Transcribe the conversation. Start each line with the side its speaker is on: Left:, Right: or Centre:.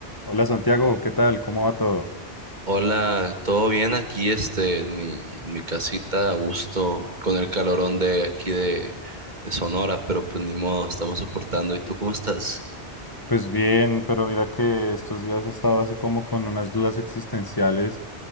Left: Hola Santiago, ¿qué tal? ¿Cómo va todo?
Right: Hola, ¿todo bien aquí este, en mi, en mi casita, a gusto, con el calorón de aquí de, de Sonora, pero pues ni modo, estamos soportando. ¿Y tú cómo estás?
Left: Pues bien, pero mira que estos días he estado así como con unas dudas existenciales